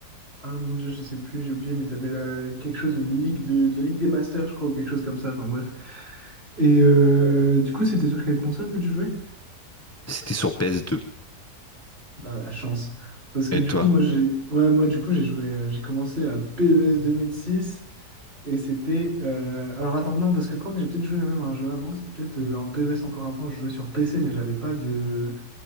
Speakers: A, on the right; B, on the left.
A: Ah mon Dieu, je sais plus, j'ai oublié, mais t'avais la... quelque chose, une ligue de... de la Ligue des Masters, je crois, ou quelque chose comme ça, enfin bref. Et euh, du coup, c'était sur quelle console que tu jouais?
B: c'était sur PS2.
A: Dans la chance. Parce que
B: Et
A: du
B: toi?
A: coup, moi, j'ai
B: <laughs>
A: ouais, moi, du coup, j'ai joué, euh, j'ai commencé à PES six et c'était... euh, Alors attends, non, parce que je crois que j'ai peut-être joué même à un jeu avant, c'était peut-être euh, un PES encore avant, je jouais sur PC, mais j'avais pas de...